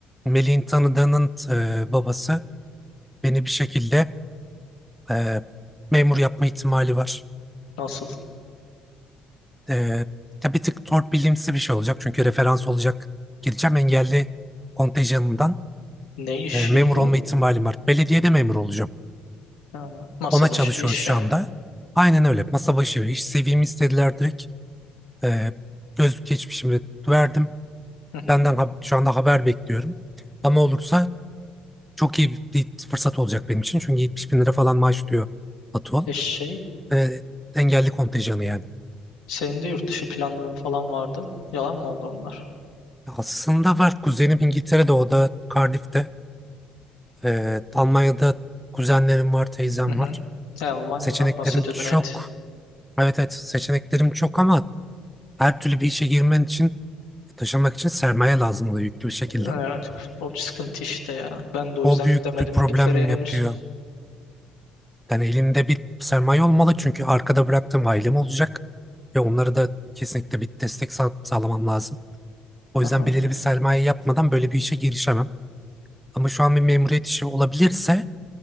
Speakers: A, in the centre; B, on the left.
A: Melih'in tanıdığının e, babası beni bir şekilde e, memur yapma ihtimali var.
B: Nasıl?
A: Ee, tabii bir tık torpilimsi bir şey olacak. Çünkü referans olacak. Gideceğim engelli kontenjanından
B: Ne işi
A: e, memur
B: bu?
A: olma ihtimalim var. Belediyede memur olacağım.
B: Ha, masa
A: Ona
B: başı
A: çalışıyoruz
B: bir iş
A: şu
B: yani.
A: anda. Aynen öyle. Masa başı bir iş. CV'mi istediler direkt. Ee, gözlük geçmişimi verdim.
B: Hı hı.
A: Benden ha- şu anda haber bekliyorum. Ama olursa çok iyi bir fırsat olacak benim için. Çünkü 70 bin lira falan maaş diyor Atol.
B: E şey,
A: Ee, engelli kontenjanı yani.
B: senin de yurt dışı planların falan vardı. Yalan mı oldu onlar?
A: Aslında var. Kuzenim İngiltere'de, o da Cardiff'te. Ee, Almanya'da kuzenlerim var, teyzem
B: Hı hı.
A: var.
B: E, Almanya'dan
A: Seçeneklerim
B: bahsediyordun
A: çok.
B: evet.
A: Evet evet seçeneklerim çok ama her türlü bir işe girmen için, taşınmak için sermaye lazım oluyor yüklü bir şekilde.
B: Evet, o sıkıntı işte ya. Ben de o
A: O
B: yüzden
A: büyük
B: gidemedim
A: bir problem
B: İngiltere'ye henüz.
A: yapıyor. Yani elinde bir sermaye olmalı çünkü arkada bıraktığım ailem olacak. Ve onlara da kesinlikle bir destek sağ- sağlamam lazım. O
B: Aha.
A: yüzden belirli bir sermaye yapmadan böyle bir işe girişemem. Ama şu an bir memuriyet işi olabilirse